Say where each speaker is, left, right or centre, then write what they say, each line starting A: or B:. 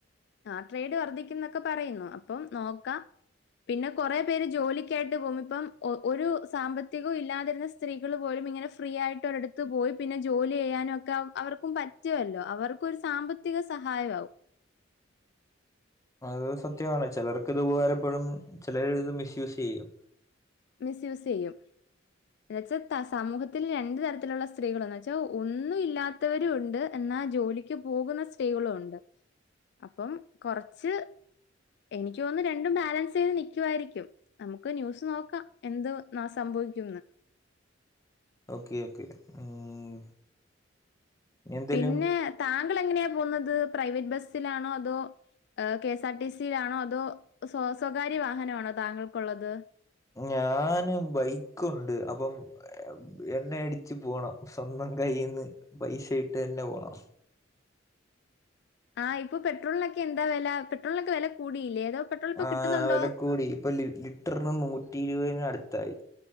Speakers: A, on the left; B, on the left.
A: ആഹ് ട്രേഡ് വർധിക്കുന്നൊക്കെ പറയുന്നു അപ്പം നോക്കാ പിന്നെ കൊറേ പേര് ജോലിക്കായിട്ട് പോമ്പം ഇപ്പം ഒരു സാമ്പത്തികവും ഇല്ലാതിരുന്ന സ് ത്രീകള് പോലും ഇങ്ങനെ ഫ്രീ ആയിട്ട് ഒരിടത്ത് പോയി പിന്നെ ജോലി ചെയ്യാനും ഒക്കെ അ അവർക്കും പറ്റ റ്റുവല്ലോ. അവർക്കൊരു സാമ്പത്തിക സഹായമാവും.
B: അത് സത്യമാണ്. ചെലർക്കത് ഉപകാരപ്പെടും. ചെലർ ഇത് മിസ് യൂസെയ്യും.
A: മിസ് യൂസെയ്യും ന്ന് വെച്ചാ സമൂഹത്തില് രണ്ടു തരത്തിലുള്ള സ്ത്രീകളന്ന് വെച്ചാ ഒന്നും ഇല്ലാ ത്തവരും ഉണ്ട്. എന്നാ ജോലിക്ക് പോകുന്ന സ്ത്രീകളും ഉണ്ട്. അപ്പം കൊറച്ച് എനിക്ക് തോന്നുന്നു രണ്ടും ബാലൻസ് ചെയ്ത് നിക്കുവായിരിക്കും നമുക്ക് ന്യൂസ് നോക്കാം എന്തു ന്നാ സംഭവിക്കുന്ന്
B: ഓക്കെ ഓക്കെ ഉം എന്തേലും
A: പിന്നെ താങ്കൾ എങ്ങനെയാ പോവുന്നത് പ്രൈവറ്റ് ബസ്സിലാണോ അതോ കെ എസ് ആർ ടി സിയിലാണോ അതോ സ്വ സ്വകാര്യ വാഹനമാണോ താങ്കൾക്കുള്ളത്?
B: ഞാന് ബൈക്ക് ഉണ്ട് അപ്പം എണ്ണ അടിച്ച് പോണം. സ്വന്തം കയ്യിന്ന് പൈസ ഇട്ട് തന്നെ പോണം.
A: ആഹ് ഇപ്പൊ പെട്രോൾനൊക്കെ എന്താ വെല പെട്രോൾനൊക്കെ വെല കൂടിയില്ലേ അതോ പെട്രോൾ ഇപ്പൊ
B: ആഹ്
A: കിട്ടുന്നുണ്ടോ?
B: വെല കൂടി. ഇപ്പൊ ലി ലിറ്റർന് നൂറ്റി ഇരുവയ്ന് അടുത്തായി